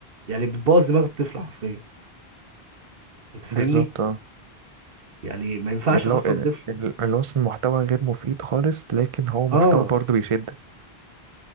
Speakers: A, on the right; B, on the right.
A: يعني بتبوظ دماغ الطفل حرفيا انت فاهمني
B: بالظبط اه
A: يعني ما ينفعش
B: اللي
A: اصلا
B: هو ال-
A: طفل
B: ال- اللي هو أصلاً محتوى غير مفيد خالص لكن هو محتوى
A: اه
B: برضه بيشد